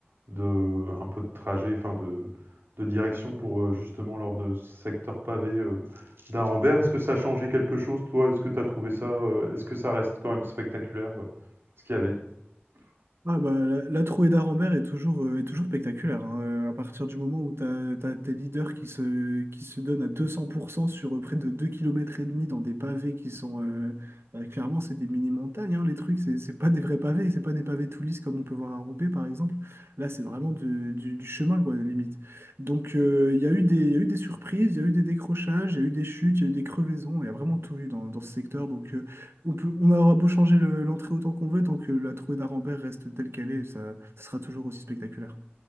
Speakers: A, on the right (about 65°); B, on the right (about 80°).
A: de un peu de trajet, enfin de de direction pour, heu, justement lors de ce secteur pavé, heu, d'Arenberg. Est-ce que ça a changé quelque chose toi? Est-ce que tu as trouvé ça, heu, est-ce que ça reste quand même spectaculaire, heu, ce qu'il y avait?
B: Ah bah, la, la trouée d'Arambert est toujours, euh, est toujours spectaculaire. hein. Euh, À partir du moment où tu as, tes leaders qui se, qui se donnent à 200% sur euh, près de 2 kilomètres et demi dans des pavés qui sont... euh, bah, clairement, c'est des mini-montagnes, hein, les trucs. C'est c'est pas des vrais pavés, c'est pas des pavés tout lisses comme on peut voir à Roubaix, par exemple. Là, c'est vraiment du, du- du chemin, quoi, limite. Donc, euh, il y a eu des, il y a eu des surprises, il y a eu des décrochages, il y a eu des chutes, il y a eu des crevaisons. Il y a vraiment tout eu dans, dans ce secteur. Donc, euh, on peut, on aura beau changer le- l'entrée autant qu'on veut, tant que la trouée d'Arambert reste telle qu'elle est, ça, ça sera toujours aussi spectaculaire.